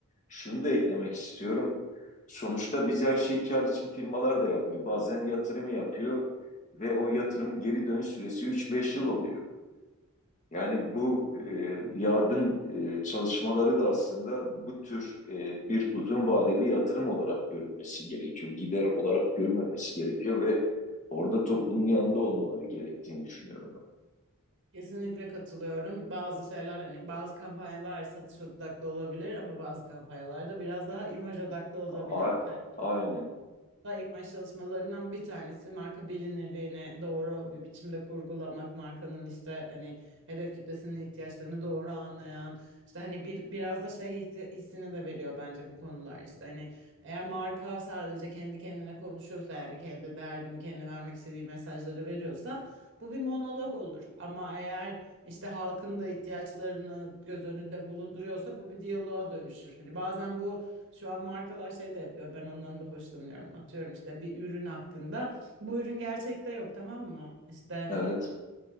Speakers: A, on the left (about 35°); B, on the right (about 60°).
A: şunu da eklemek istiyorum. Sonuçta biz her şeyi kar için firmalar da yapmıyor. Bazen yatırımı yapıyor ve o yatırımın geri dönüş süresi 3-5 yıl oluyor. Yani bu e, yardım e, çalışmaları da aslında bu tür e, bir uzun vadeli yatırım olarak görülmesi gerekiyor. Gider olarak görülmemesi gerekiyor ve orada toplumun yanında olmaları gerektiğini düşünüyorum ben.
B: Kesinlikle katılıyorum. Bazı şeyler hani bazı kampanyalar satış odaklı olabilir ama bazı kampanyalar da biraz daha imaj odaklı olabilir.
A: A-
B: Ee,
A: aynen.
B: da imaj çalışmalarından bir tanesi marka bilinirliğini doğru bir biçimde kurgulamak, markanın işte hani hedef kitlesinin ihtiyaçlarını doğru anlayan, işte hani bir biraz da şey hissi- hissini de veriyor bence bu konular işte hani eğer marka sadece kendi kendine konuşuyorsa yani kendi derdini, kendi vermek istediği mesajları veriyorsa bu bir monolog olur. Ama eğer işte halkın da ihtiyaçlarını göz önünde bulunduruyorsa bu bir diyaloğa dönüşür. Hani bazen bu şu an markalar şey de yapıyor. Ben ondan da hoşlanıyorum. Atıyorum işte bir ürün hakkında. Bu ürün gerçekte yok tamam mı? İşte
A: Evet.